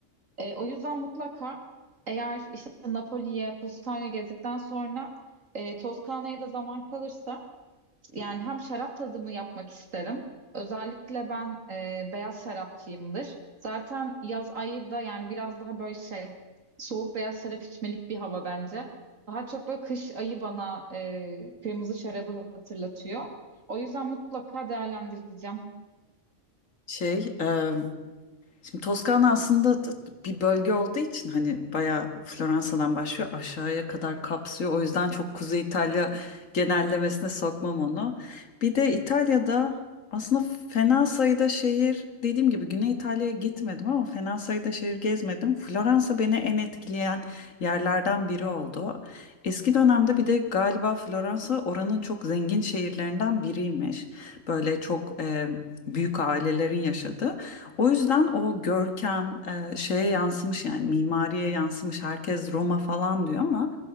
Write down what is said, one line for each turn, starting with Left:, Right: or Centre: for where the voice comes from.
Right: E, o yüzden mutlaka eğer işte Napoli'ye, Positano'ya gezdikten sonra e, Toskana'ya da zaman kalırsa yani hem şarap tadımı yapmak isterim. Özellikle ben e, beyaz şarapçıyımdır. Zaten yaz ayı da yani biraz daha böyle şey soğuk beyaz şarap içmelik bir hava bence. Daha çok böyle kış ayı bana e, kırmızı şarabı hatırlatıyor. O yüzden mutlaka değerlendireceğim.
Left: Şey, e, Şimdi Toskana aslında t- bir bölge olduğu için hani bayağı Floransa'dan başlıyor aşağıya kadar kapsıyor. O yüzden çok Kuzey İtalya genellemesine sokmam onu. Bir de İtalya'da aslında fena sayıda şehir dediğim gibi Güney İtalya'ya gitmedim ama fena sayıda şehir gezmedim. Floransa beni en etkileyen yerlerden biri oldu. Eski dönemde bir de galiba Floransa oranın çok zengin şehirlerinden biriymiş. Böyle çok e, büyük ailelerin yaşadığı. O yüzden o görkem e, şeye yansımış yani mimariye yansımış herkes Roma falan diyor ama